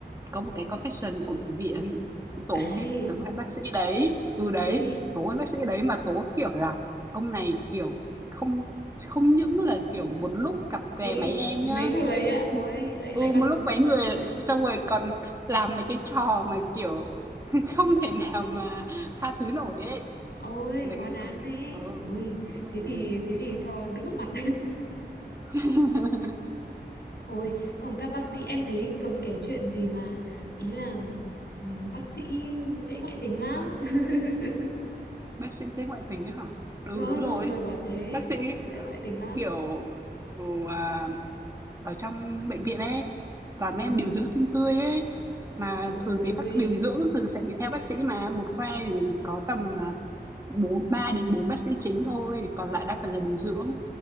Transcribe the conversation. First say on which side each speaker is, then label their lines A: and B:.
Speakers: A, on the right; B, on the left.
A: có một cái confession của bệnh viện, tố
B: ai
A: cái cái ông anh bác sĩ đấy ừ, đấy,
B: ui
A: tố anh bác sĩ đấy mà tố, kiểu là, ông này, kiểu, không không những là, kiểu, một lúc cặp kè
B: một lúc
A: mấy em
B: mấy
A: nhá,
B: người ấy ạ ôi
A: ừm,
B: lại
A: ừ,
B: lại còn
A: một lúc mấy người,
B: <laughs>
A: xong rồi còn làm mấy cái trò mà, kiểu, <laughs> không thể nào mà tha thứ nổi ấy.
B: ôi
A: Mấy
B: quá
A: cái
B: đáng
A: sao nhỉ,
B: thế
A: ờ,
B: ôi
A: đúng rồi,
B: thế thì thế
A: xong
B: thì cho đấm vào mặt
A: <laughs>
B: <laughs> ôi còn các bác sĩ em thấy còn kể chuyện gì mà ý là ừ, bác sĩ dễ ngoại tình lắm <laughs>
A: bác sĩ sẽ ngoại tình á hả? Ừ,
B: vâng
A: đúng rồi,
B: mọi người bảo thế
A: bác sĩ,
B: bác sĩ dễ ngoại tình lắm
A: kiểu, ừ, à, ở trong bệnh viện ấy, toàn
B: vâng
A: mấy em điều dưỡng xinh tươi ấy, mà
B: ôi
A: thường thì bác điều dưỡng thường sẽ đi theo bác sĩ mà, một khoa thì chỉ có tầm à, bốn 3 đến 4 bác sĩ chính thôi, còn lại đa phần là điều dưỡng.